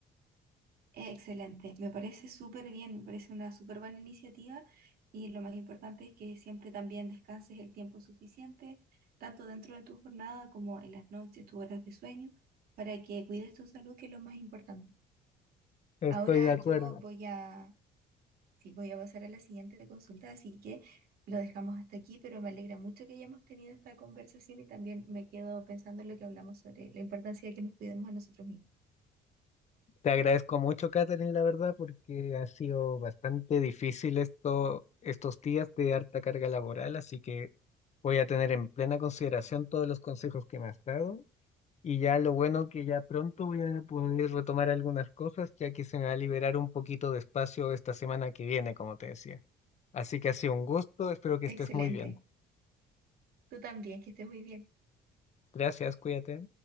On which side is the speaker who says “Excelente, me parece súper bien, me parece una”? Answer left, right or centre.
Right